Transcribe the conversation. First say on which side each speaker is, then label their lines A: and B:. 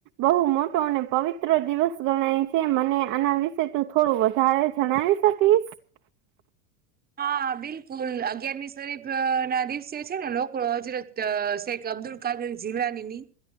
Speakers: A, on the right (about 40°); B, on the right (about 20°).
A: બહુ મોટો અને પવિત્ર દિવસ ગણાય છે મને આના વિશે તું થોડું વધારે જણાઈશ. કીસ?
B: હા બિલકુલ અગિયારમી શરીફ ના દિવસે છે ને નોકડ હજરજ અ શેખ અબ્દુલ કાદર જીવલાની ની.